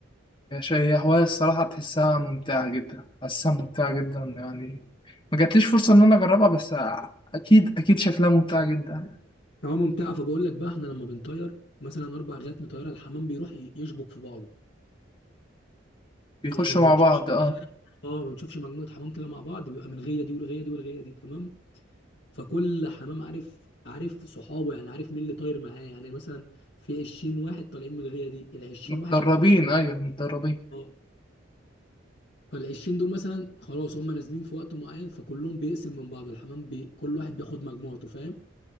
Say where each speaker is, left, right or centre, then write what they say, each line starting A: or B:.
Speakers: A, on the left; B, on the left.
A: هي هواية الصراحة بتحسها ممتعة جدا حاسسها ممتعة جدا يعني ما جاتليش فرصة إن أنا أجربها بس أكيد أكيد شكلها ممتعة جدا يعني
B: هو ممتعه فبقول لك بقى احنا لما بنطير مثلا اربع غيات مطيره الحمام بيروح ي- يشبك في بعضه
A: بيخشوا
B: يعني ما
A: مع
B: بتشوفش
A: بعض أه
B: اه ما بتشوفش مجموعه حمام كده مع بعض بيبقى من غيه دي والغيه دي والغيه دي تمام فكل حمام عارف عارف صحابه يعني عارف مين اللي طاير معاه يعني مثلا في 20 واحد طالعين من الغيه دي ال 20
A: متدربين
B: واحد عارفين
A: أيوه متدربين
B: اه فال 20 دول مثلا خلاص هم نازلين في وقت معين فكلهم بيقسم من بعض الحمام بي... كل واحد بياخد مجموعته فاهم